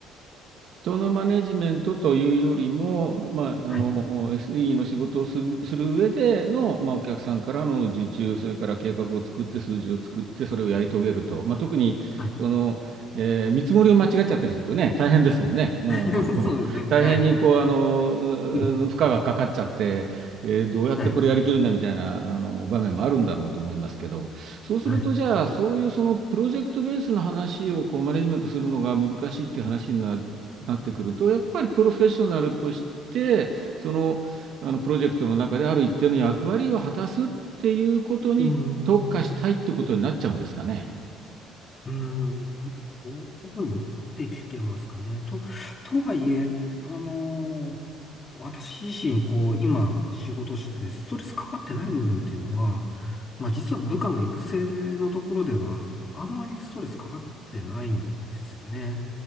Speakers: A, on the right; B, on the left.
A: 人のマネジメントというよりも、まあ、
B: はい。
A: あの SE の仕事をする、する上での、まあ、お客さんからの受注、それから計画を作って、数字を作って、それをやり遂げると、まあ、特にその、
B: はい
A: えー見積もりを間違っちゃったりするとね、大変ですもんね、もうあの大変にこうあのうー負荷がかかっちゃって、
B: <laughs> そうですね。はい。ううん。ん
A: えーどうやってこれやりきるんだみたいなあの場面もあるんだろうと思いますけど。
B: はい。
A: そうすると、
B: はい。
A: じゃあ、そういうそのプロジェクトベースの話をこうマネジメントするのが難しいっていう話にななってくると、やっぱりプロフェッショナルとして、その、あのプロジェクトの中である一定の役割を果たすっていうことに特化したいってことになっちゃうんですかね。
B: うーこん。うーん。どこに持ってきてますかね。と、とはいえ、あのー私自身、こう、今、仕事してて、ストレスかかってない部分っていうのは、まあ、実は部下の育成のところでは、あんまりストレスかかってないんですよね。